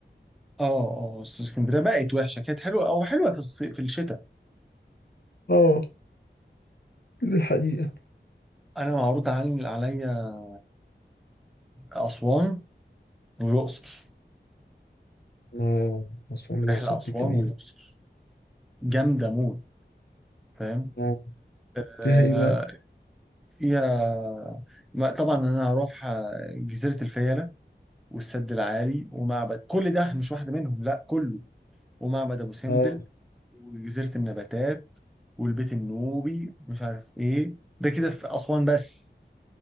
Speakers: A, in the centre; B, on the left.
A: اه اه بس اسكندريه بقت وحشه كانت حلوه او حلوه في الصيف في الشتاء
B: اه دي الحقيقة
A: انا معروض عن- عليا اسوان والاقصر
B: اه أسوان الأقصر
A: رحله
B: دي
A: اسوان
B: جميلة
A: والاقصر جامده موت فاهم
B: آه،
A: آه،
B: فيها ايه بقى؟
A: فيها ما- طبعا انا هروح آه، جزيره الفيله والسد العالي ومعبد كل ده مش واحده منهم لا كله ومعبد ابو سمبل
B: اه
A: وجزيره النباتات والبيت النوبي مش عارف ايه ده كده في اسوان بس